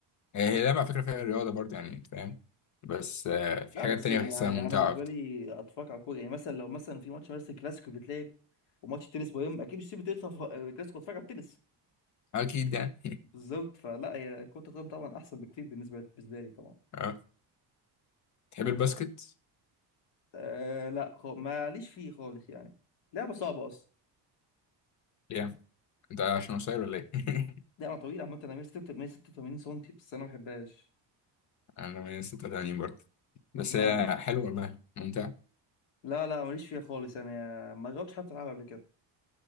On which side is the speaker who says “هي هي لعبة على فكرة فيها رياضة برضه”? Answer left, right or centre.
Left